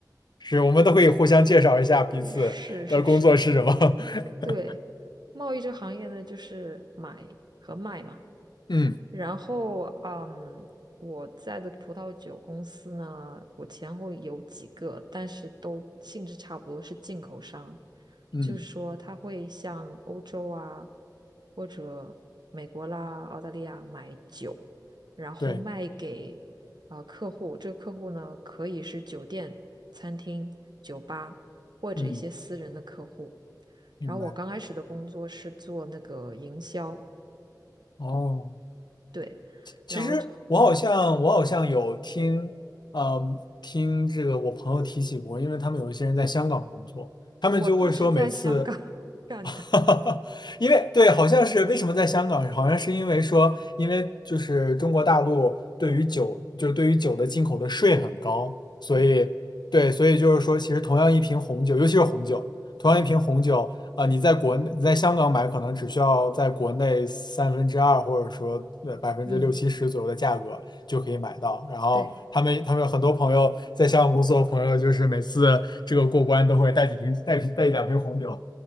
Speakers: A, on the left; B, on the right.
A: 是我们都可以互相介绍一下彼此的工作是什么。
B: <laughs> 是是是，
A: <laughs>
B: 对，贸易这行业呢，就是买和卖嘛。
A: 嗯
B: 然后，嗯，我在的葡萄酒公司呢，我前后有几个，但是都性质差不多，是进口商，
A: 嗯，
B: 就是说他会向欧洲啊，或者美国啦、澳大利亚买酒，然后卖给啊、
A: 对，
B: 呃客户。这个客户呢，可以是酒店、餐厅、酒吧或者一些私人的客户。
A: 嗯，明白。
B: 然后我刚开始的工作是做那个营销，
A: 哦。
B: 对，
A: 其实我好像我好像有听，
B: 然后就。嗯。
A: 嗯，听这个我朋友提起过，因为他们有一些人在香港工作，他们就会说每次
B: 我就是在香港
A: <laughs>
B: <laughs> 干的，
A: 哈哈，因为对，好像是为什么在香港，好像是因为说，因为就是中国大陆对于酒，就是对于酒的进口的税很高，所以对，
B: 对
A: 所以就是说，其实同样一瓶红酒，尤其是红酒，同样一瓶红酒，
B: 对，
A: 啊、你在国内你在香港买，可能只需要在国内三分之二或者说呃百分之六七十左右的价格就可以买到。
B: 嗯
A: 然后他们他们很多朋友在香港工作的朋友，
B: 对
A: 就是每次这个过关都会带几瓶带带一两瓶红酒